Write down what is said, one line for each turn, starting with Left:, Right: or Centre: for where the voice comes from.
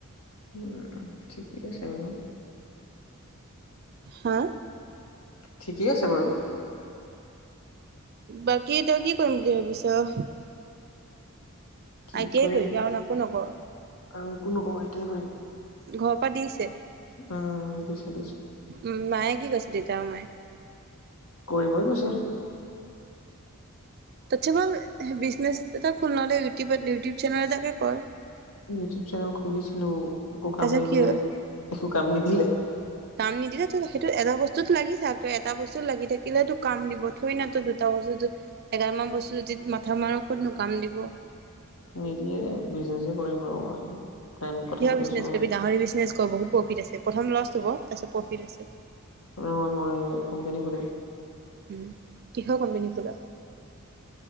Left: উম ঠিকেই আছে বাৰু
Right: হা
Left: ঠিকেই আছে বাৰু
Right: বাকী তই কি কৰিম বুলি ভাবিছ।
Left: কি
Right: আই টিয়াই
Left: কৰিম
Right: কৰিবা আন একো নকৰ
Left: আৰু একো নকৰোঁ আই টি য়াই কৰিম।
Right: ঘৰৰ পৰা দিছে
Left: উম, দিছে দিছে
Right: উ মায়ে কি কৈছে দেউতা আৰু মায়ে।
Left: কৰিবই কৈছে
Right: <unintelligible> বিজনেচ এটা খো নহ'লে ইউটিউব ইউটিউব চেনেল এটাকে কৰ।
Left: ইউটিউব চেনেল খুলিছিলো একো কাম
Right: তাৰপিছত
Left: নিদিলে
Right: কি হ'ল?
Left: একো কাম নিদিলে।
Right: কাম নিদিলে তো সেইটো এটা বস্তুত লাগি থাক তই এটা বস্তু লাগি থাকিলে তো কাম দিব ঠোৱে না তো দুটা বস্তু এগাল মান বস্তু যদি মাথা মাৰ কত নু কাম দিব।
Left: নিদিয়ে বিজনেছে কৰিম বাৰু মই প্লেন কথা
Right: কিহ
Left: পাতি
Right: বিজনেছ
Left: আছো ৰ
Right: কৰিবি গাহৰি বিজনেছ কৰ বহুত প্ৰফিট আছে প্ৰথম লষ্ট হব। তাৰপিছত প্ৰফিট আছে।
Left: নহয় মই কোম্পানী খুলিম।
Right: উ কিহৰ কোম্পানী খোলা।